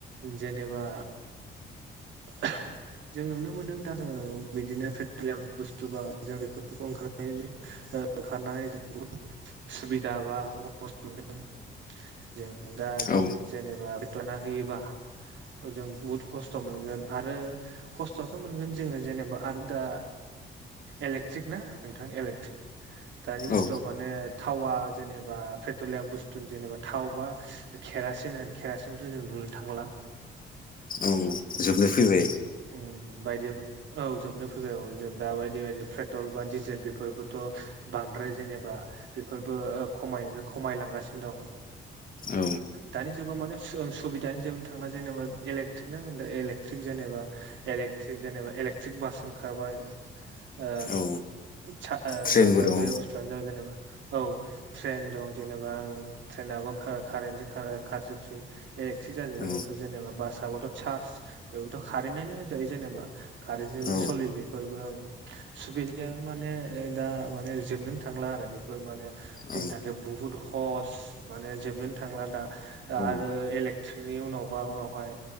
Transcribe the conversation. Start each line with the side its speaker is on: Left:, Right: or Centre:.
Right: जेनेबा <inaudible> जों नुनो मोनदों दा जोङो बिदिनो पेट्रलियाम बुस्थु बा <inaudible> ओ ओंखारनानै जों बहुद सुबिदा बा हहस मोनदों। जों दा जों
Left: औ
Right: जेनेबा फथना होयोबा जों बुहुत खस्थ' खस्थ' मोनगोन आरो खस्थआथ' मोनगोन जोङो जेनेबा आरो दा इलेक्ट्रिक नोंथां इलेक्ट्रिक दानि बुस्थुआव
Left: औ
Right: माने थावा जेनेबा पेट्रलियाम बुस्थु जेनेबा थाव बा खेरासिन होन खेरासिनखौथ' जों नुनो थांला।
Left: औ जोबनो फैबाय।
Right: ओम। बायदि औ जोबनो फैबाय औ जों दा बायदि बायदि पेट्रल बा डिजेल बेफोरबोथ' बांद्राय आरो जेनेबा बेफोरबो खमायनोफ्राय खमायलांगासिनो दं।
Left: औ
Right: दानि जुगाव माने सुबिदानि जोबनो थांना जेनेबा इलेक्ट्रिक ना नों ओ एलेकट्रिक जेनेबा एलेक्ट्रिक जेनेबा एलेक्ट्रिक बास ओंखारबाय। ओ
Left: औ
Right: चा ओ
Left: ट्रेनबो
Right: जेनेबा
Left: दं
Right: बे बुस्थुआनो जाबाय जेनेबा औ ट्रेन दं जेनेबा ओं ट्रेनाबो खो कारेनजों खा ओ खारजोबसै। एलेक्ट्रि जाजोब्बाय
Left: औ
Right: बेफोर जेनेबा बासआबोथ' चार्ज बेबोथ' कारेन्टआनो होनजायो जेनेबा। कारेन्टजोंनो
Left: औ
Right: सलियो बेफोरबो ओं। सु बिरजा माने ओ दा माने जोबनोनो थांला आरो बेफोर माने जोंनि
Left: औ
Right: थाखाय बुहुत ह हस माने जोबनोनो थांला दा आरो
Left: औ
Right: इलेकट्रिकनि उनावबा उनावहाय